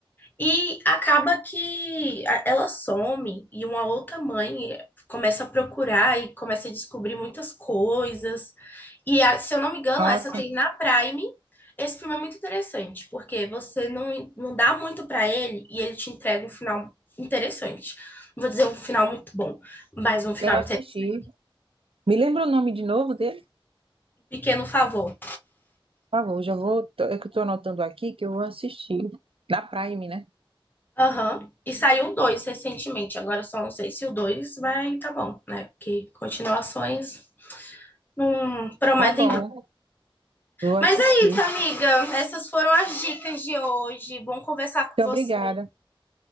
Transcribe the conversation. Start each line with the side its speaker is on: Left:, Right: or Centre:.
Left: E acaba que a- ela some e uma outra mãe começa a procurar e começa a descobrir muitas coisas. E a- se eu não me engano,
Right: Nossa,
Left: essa tem na Prime. Esse filme é muito interessante, porque você não, não dá muito pra ele e ele te entrega um final interessante. Não vou dizer um final muito bom, mas um final
Right: quero assistir.
Left: interessante.
Right: Me lembra o nome de novo dele?
Left: Um pequeno favor.
Right: Por favor, já vou. tô- É que eu tô anotando aqui que eu vou assistir. Na Prime, né?
Left: Aham. E saiu o dois recentemente. Agora eu só não sei se o dois vai tá bom, né? Porque continuações não prometem
Right: Tá bom.
Left: muito.
Right: Vou assistir.
Left: Mas é isso, amiga. Essas foram as dicas de hoje. Bom conversar com
Right: Muito
Left: você.
Right: obrigada.